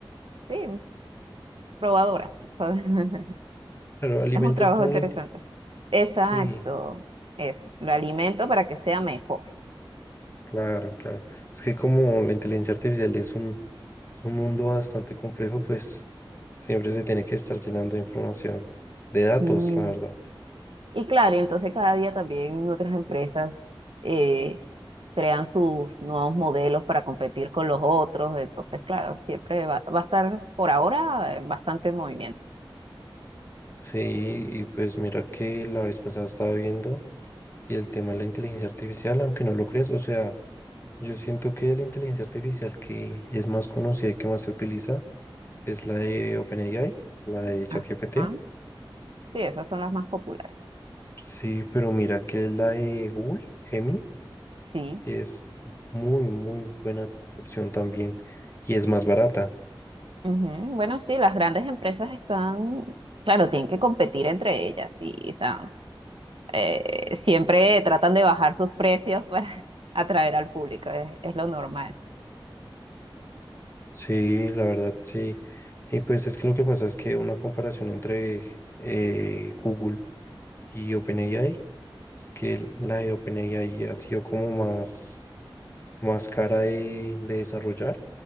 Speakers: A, on the right (about 80°); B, on the left (about 30°).
A: sí, probadora. <laughs>
B: Claro, alimentas
A: Es un trabajo
B: como
A: interesante.
B: la inteligencia.
A: Exacto,
B: Sí,
A: eso, lo alimento para que sea mejor.
B: claro, claro. Es que como la inteligencia artificial es un, es un mundo bastante complejo, pues Siempre se tiene que estar llenando de información, de datos,
A: Y,
B: la verdad.
A: Y claro, y entonces cada día también otras empresas eh, crean sus nuevos modelos para competir con los otros, entonces claro, siempre va, va a estar por ahora eh, bastante en movimiento.
B: Sí, y pues mira que la vez pasada estaba viendo y el tema de la inteligencia artificial, aunque no lo creas, o sea, yo siento que la inteligencia artificial que es más conocida y que más se utiliza es la de OpenAI, la de ChatGPT.
A: Ajá. Sí, esas son las más populares.
B: Sí, pero mira que la de Google, Gemini,
A: Sí.
B: es muy, muy buena opción también y es más barata.
A: ujú. Bueno, sí, las grandes empresas están, claro, tienen que competir entre ellas y están eh, siempre tratan de bajar sus precios para <laughs> atraer al público, es, es lo normal.
B: Sí, la verdad, sí. Y pues es que lo que pasa es que una comparación entre eh, Google y OpenAI es que la de OpenAI ha sido como más, más cara de, de desarrollar,